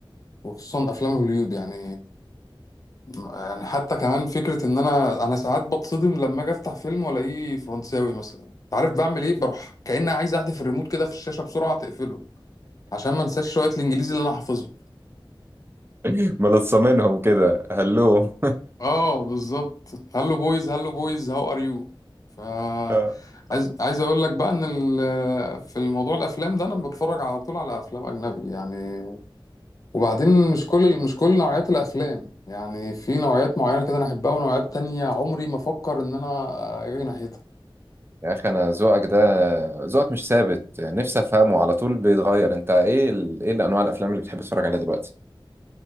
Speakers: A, on the left; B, on the right.
A: وخصوصا افلام هوليود يعني يعني حتى كمان فكره ان انا انا ساعات بتصدم لما اجي افتح فيلم والاقيه فرنساوي مثلا انت عارف بعمل ايه بروح كأني عايز احذف الريموت كده في الشاشه بسرعه تقفله عشان ما انساش شويه الانجليزي اللي انا حافظهم
B: <laughs> ملصمينهم كده هلو <laughs>
A: اه بالظبط هلو بويز هلو بويز هاو ار يو ف
B: آه.
A: عايز عايز اقول لك بقى ان ال- في الموضوع الافلام ده انا بتفرج على طول على افلام اجنبي يعني وبعدين مش كل مش كل نوعيات الافلام يعني في نوعيات معينه كده انا احبها ونوعيات تانية عمري ما افكر ان انا اجي ناحيتها
B: يا اخي انا ذوقك ده ذوقك مش ثابت نفسي افهمه على طول بيتغير انت ايه ال... ايه الانواع الافلام اللي بتحب تتفرج عليها دلوقتي